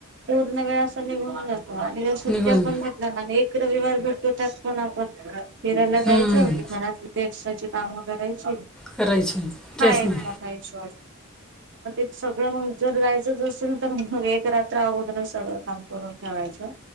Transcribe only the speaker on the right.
पूर्ण वेळ असं निघून जात आणि त्या सुट्ट्या
पण घटल्या ना एक रविवार भेटतो त्यात पण आपण फिरायला जायचं
की मनातिे एक्स्ट्राची कामं करायची
हा
एक
मोठा इश मग ते सगळं मण यच असेल तर मग एक रात्र अगोदर सगळं काम करून ठेवायचं